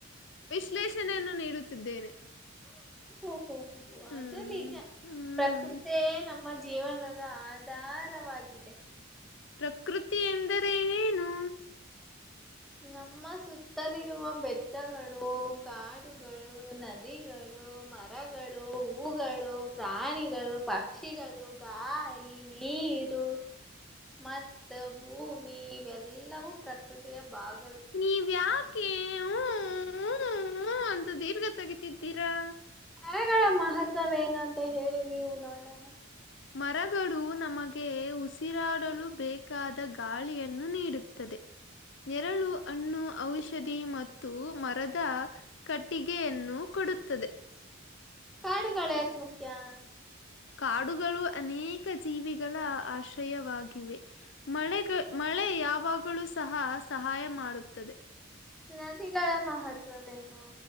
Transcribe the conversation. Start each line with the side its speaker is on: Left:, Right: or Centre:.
Left: ವಿಶ್ಲೇಷಣೆಯನ್ನು ನೀಡುತ್ತಿದ್ದೇನೆ.
Centre: ಹು ಹು ಹು
Left: ಹ್ಮ್
Centre: ಅದು ನಿಜಾ
Left: ಹ್ಮ್
Centre: ಪ್ರಕೃತಿಯೇ ನಮ್ಮ ಜೀವನದ ಆದಿ. ದಾರವಾಗಿದೆ.
Left: ಪ್ರಕೃತಿ ಎಂದರೆ ಏನು.
Centre: ನಮ್ಮ ಸುತ್ತಲಿರುವ ಬೆಟ್. ಟ್ಟಗಳು ಕಾಡುಗಳು ನದಿಗಳು ಮರಗಳು ಹೂಗಳು. ಪ್ರಾಣಿಗಳು ಪಕ್ಷಿಗಳು ಗಾಳಿ ನೀರು. ಮತ್ತ ಭೂಮಿ ಇವೆಲ್ಲವೂ ಪ್ರಕೃತಿಯ ಭಾಗ.
Left: ನೀವ್ಯಾಕೆ ಹೂ ಹೂ ಹೂ ಅಂತಾ ದಿರ್ಗಾತ. ತ್ತಿದ್ದೀರಾ.
Centre: ಮರಗಳ ಮಹತ್ವವೆನು ಅಂತ ಹೇಳಿ ನೀವು ನೋಡಣ.
Left: ಮರಗಳು ನಮಗೆ ಉಸಿರಾಡಲು ಬೇಕಾದ ಗಾಳಿಯನ್ನು ನೀಡುತ್ತದೆ. ನೆರಳು ಅಣ್ಣು ಔಷಧಿ ಮತ್ತು ಮರದ. ಕಟ್ಟಿಗೆಯನ್ನು ಕೊಡುತ್ತದೆ.
Centre: ಕಾಡುಗಳ್ಯಾಕ್ ಮುಖ್ಯಾ.
Left: ಕಾಡುಗಳು ಅನೇಕ ಜೀವಿಗಳ ಆಶ್ರಯವಾಗಿವೆ. ಮಳೆಗ ಮಳೆ ಯಾವಾಗಳೂ ಸಹ ಸಹಾಯ ಮಾಡುತ್ತದೆ.
Centre: ನದಿಗಳ ಮಹತ್ವವೇನು.